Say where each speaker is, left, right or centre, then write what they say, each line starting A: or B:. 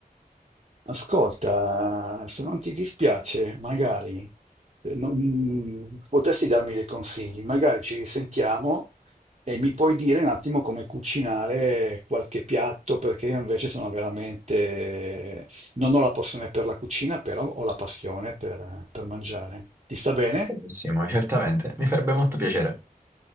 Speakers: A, on the right (about 45°); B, on the right (about 15°).
A: Ascolta, se non ti dispiace, magari eh, non- mm, potresti darmi dei consigli, magari ci risentiamo e mi puoi dire un attimo come cucinare qualche piatto, perché io invece sono veramente... non ho la passione per la cucina, però ho la passione per, per mangiare. Ti sta bene?
B: Benissimo, certamente, mi farebbe molto piacere.